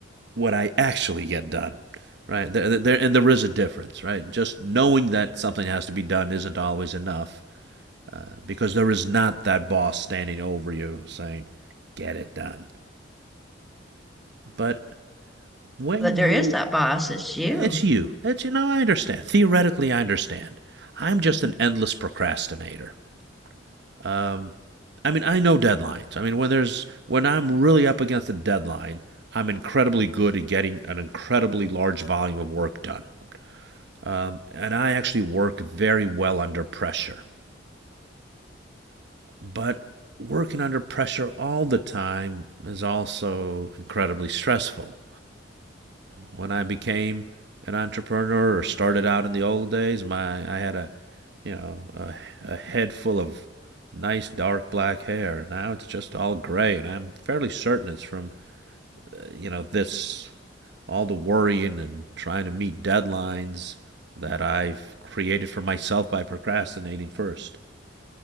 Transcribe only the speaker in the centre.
But
there is that boss, it's
you.
Mhm.